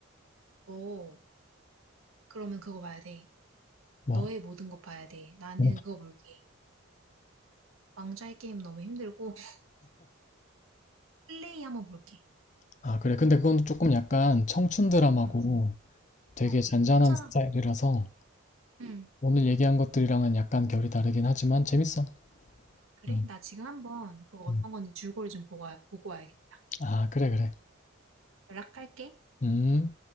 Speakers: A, on the right; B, on the left.
A: 너 그러면 그거 봐야 돼.
B: 뭐?
A: 너의 모든 것 봐야 돼. 나는
B: 어.
A: 그거 볼게. 왕좌의 게임 너무 힘들고 <laughs> 플레이 한번 볼게.
B: 아, 그래. 근데 그건 조금 약간 청춘 드라마고
A: 어,
B: 되게
A: 어,
B: 잔잔한
A: 괜찮아.
B: 스타일이라서
A: 응.
B: 오늘 얘기한 것들이랑은 약간 결이 다르긴 하지만 재밌어.
A: 그래,
B: 음,
A: 나 지금 한번 그거 어떤
B: 음.
A: 건지 줄거리 좀 보고, 와- 보고 와야겠다.
B: 아, 그래, 그래.
A: 연락할게.
B: 음.